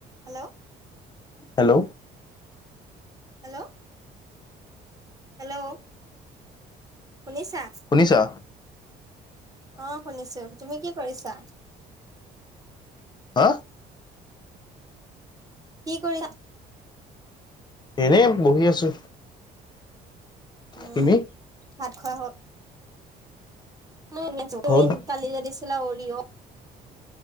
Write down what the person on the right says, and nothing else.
হেল্ল'।
হেল্ল'। হেল্ল'। শুনিছা?
অ, শুনিছো। তুমি কি কৰিছা?
কি কৰিছ?
উম,
ভাত খোৱা হল? তুমি
কালি যে দিছিলা অৰিঅ